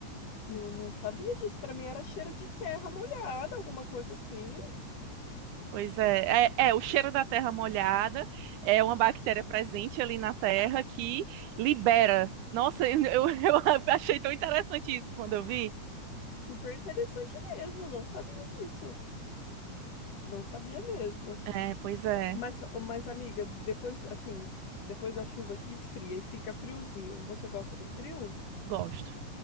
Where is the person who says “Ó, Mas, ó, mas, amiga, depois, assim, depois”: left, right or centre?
Left